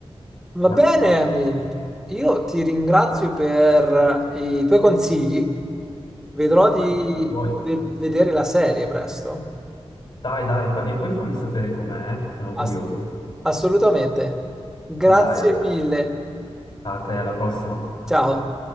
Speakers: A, in the centre; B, on the left (about 55°).
A: Va
B: Ma
A: bene,
B: sì,
A: Emil. Io ti ringrazio per eh, i tuoi consigli. Vedrò di
B: anche tu vuoi.
A: ve- vedere la serie presto.
B: Dai, dai, fa- e poi fammi sapere com'è, eh, sono
A: Ass-
B: curioso.
A: assolutamente. Grazie
B: Dai, Albert.
A: mille.
B: a te, alla prossima.
A: Ciao.